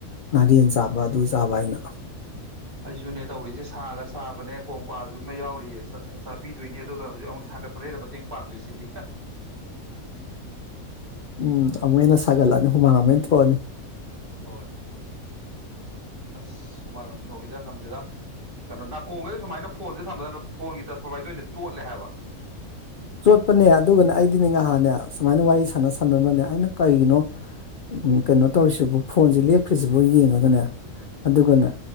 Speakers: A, on the left; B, on the right.
A: ꯉꯥꯔꯦꯟ
B: ꯎꯝ
A: ꯆꯥꯕ ꯑꯗꯨ ꯆꯥꯕ ꯍꯥꯏꯅ
B: ꯑꯩꯁꯨꯅꯦ ꯇꯧꯔꯤꯁꯦ ꯁꯥꯒ ꯁꯥꯕꯅꯦ ꯀꯣꯝꯀꯥꯁꯨ ꯑꯃ ꯌꯥꯎꯔꯤꯌꯦ ꯆꯥꯕꯤꯗꯣꯏꯅꯤ ꯑꯗꯨꯒ ꯍꯧꯖꯤꯛ ꯑꯃꯨꯛ ꯁꯥꯒꯠꯄ ꯂꯩꯔ ꯃꯇꯦꯡ ꯄꯥꯡꯗꯣꯏꯁꯤꯗꯤ
A: ꯎꯝ ꯑꯃꯛ ꯍꯟꯅ ꯁꯥꯒꯠꯂꯅꯤ ꯍꯨꯃꯥꯡ ꯊꯅꯤ
B: ꯍꯣꯏꯣꯏ ꯑꯁ ꯁꯨꯃꯥꯡ ꯁꯧꯋꯗ ꯉꯝꯗꯦꯗ ꯀꯩꯅꯣ ꯅꯥꯀꯣꯡꯒꯩꯗꯤ ꯁꯨꯃꯥꯏꯅ ꯐꯣꯟꯁꯦ ꯊꯝꯕꯗꯅ ꯐꯣꯟꯒꯤ ꯇꯁꯄꯚꯏꯗ ꯑꯣꯏꯅ ꯆꯣꯠꯂꯦ ꯍꯥꯏꯕ
A: ꯆꯣꯠꯄꯅꯦ ꯑꯗꯨꯒꯅꯦ ꯑꯩꯒꯤꯅꯦ ꯉꯍꯥꯟꯅꯦ ꯁꯨꯃꯥꯏꯅ ꯋꯥꯔꯤ ꯁꯥꯟꯅ ꯁꯥꯟꯅꯅꯕꯅꯦ ꯑꯩꯅ ꯀꯩꯒꯤꯅꯣ ꯀꯩꯅꯣ ꯇꯧꯔꯤꯁꯤꯕꯨ ꯐꯣꯟꯁꯤꯦ ꯂꯦꯞꯈ꯭ꯔꯤꯁꯤꯕꯨ ꯌꯦꯡꯉꯒꯅꯦ ꯑꯗꯨꯒꯅꯦ